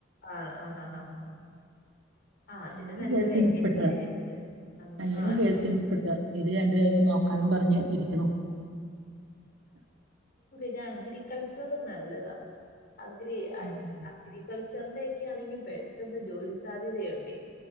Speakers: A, on the left; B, on the right.
A: ആ ആ ഹ ഹ ഹ ഹ ആ അതിന്
B: അല്ലെങ്കിൽ
A: നല്ല
B: ഹെൽത്ത്
A: വേക്കൻസി
B: ഇൻസ്പെക്ടർ
A: ഇണ്ട്
B: അല്ലെങ്കിൽ
A: ആ തെ
B: ഹെൽത്ത് ഇൻസ്പെക്ടർ ഇത് രണ്ടുപേരും നോക്കാന്നും പറഞ്ഞ് ഇരിക്കണു
A: ന്നെ അഗ്രികൾച്ചറും നല്ലതാ അഗ്രി അൽ
B: ആഹ്
A: അഗ്രിക ച്ചറിന്റെയൊക്കെ ആണെങ്കി പെട്ടെന്ന് ജോലി സാധ്യതയുണ്ടെ